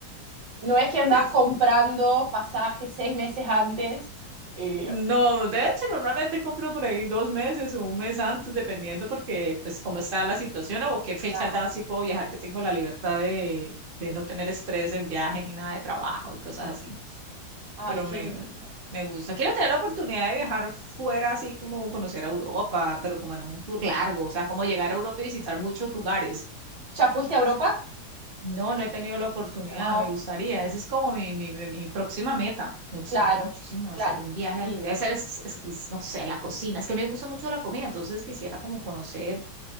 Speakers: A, on the right; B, on the right.
A: No es que andas
B: Sí, es-
A: comprando pasajes seis meses antes. eh,
B: No, de hecho, normalmente compro por ahí dos meses o un mes antes, dependiendo porque, pues, cómo está la situación o qué fecha
A: claro.
B: ya sí puedo viajar, que tengo la libertad de, de no tener estrés en viaje ni nada de trabajo y cosas así.
A: Ay,
B: pero
A: qué
B: me,
A: lindo.
B: me gusta. Quiero tener la oportunidad de viajar fuera, así como conocer a Europa, pero como en un tour largo, o sea, como llegar a Europa y visitar muchos lugares.
A: ¿Ya fuiste a Europa?
B: No, no he tenido la oportunidad,
A: No,
B: me gustaría. Esa es como mi, mi, mi, mi próxima meta. Me gustaría
A: claro,
B: muchísimo
A: claro.
B: hacer un viaje,
A: Y,
B: de hacer, es- es que, no sé, la cocina. Es que me gusta mucho la comida, entonces quisiera como conocer